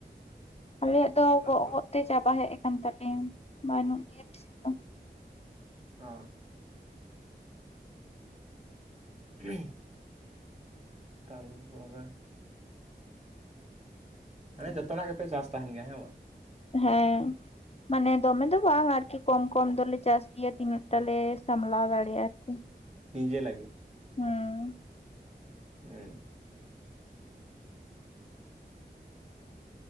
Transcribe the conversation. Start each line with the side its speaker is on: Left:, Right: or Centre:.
Left: ᱟᱞᱮᱭᱟᱜ ᱫᱚ
Right: ᱛᱟᱨᱯᱚᱨ
Left: ᱜᱚᱜ ᱜᱚᱜ ᱛᱮ ᱪᱟᱵᱟ ᱦᱮᱜ ᱟᱠᱟᱱ ᱛᱟᱞᱮᱭᱟ ᱵᱟᱹᱱᱩᱜ ᱜᱮᱭᱟ ᱵᱮᱥᱤ ᱫᱚ
Right: ᱚ <unintelligible> ᱛᱟᱞᱩ <unintelligible> ᱦᱟᱱᱮ ᱡᱚᱛᱚᱱᱟᱜ ᱜᱮᱯᱮ ᱪᱟᱥ ᱛᱟᱸᱦᱮᱱ ᱜᱮᱭᱟ ᱦᱮᱸ ᱵᱟᱝ
Left: ᱦᱮᱸ ᱢᱟᱱᱮ ᱫᱚᱢᱮ ᱫᱚ ᱵᱟᱝ ᱟᱨᱠᱤ ᱠᱚᱢ ᱠᱚᱢ ᱫᱚᱞᱮ ᱪᱟᱥ ᱜᱮᱭᱟ ᱛᱤᱱᱟᱹᱜ ᱴᱟᱞᱮ ᱥᱟᱢᱞᱟᱣ ᱫᱟᱲᱮᱭᱟᱜ ᱟᱨᱠᱤ
Right: ᱱᱤᱡᱮ ᱞᱟᱜᱤᱜ
Left: ᱦᱮᱸ
Right: ᱩᱸ